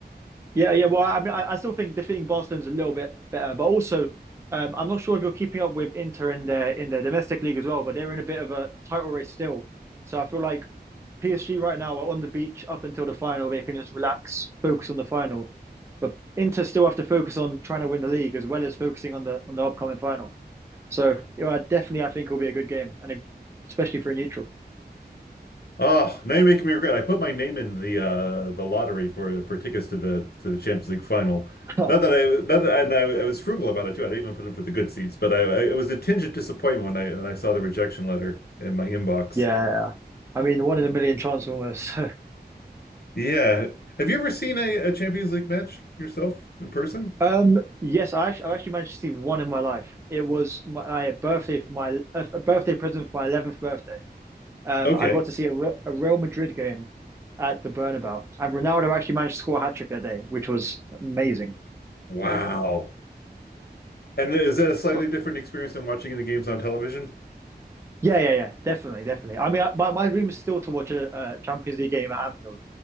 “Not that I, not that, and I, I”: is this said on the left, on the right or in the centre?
Left